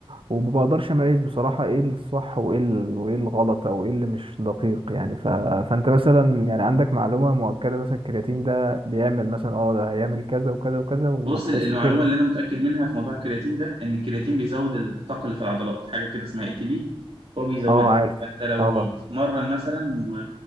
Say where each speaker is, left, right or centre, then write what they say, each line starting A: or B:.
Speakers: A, on the right; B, on the right.
A: وما بقدرش اميز بصراحه ايه الصح وايه ال- وايه الغلط او ايه اللي مش دقيق يعني ف... فانت مثلا يعني عندك معلومه مؤكده مثلا الكرياتين ده بيعمل مثلا اه ده هيعمل كذا وكذا وكذا وهتحس
B: بص ال- المعلومه
A: كده
B: اللي انا متاكد منها في موضوع الكرياتين ده ان الكرياتين بيزود الطاقه اللي في العضلات حاجه كده اسمها اي تي بي فهو بيزودها
A: اه عارف
B: فانت لو
A: اه
B: بتتمرن مثلا و...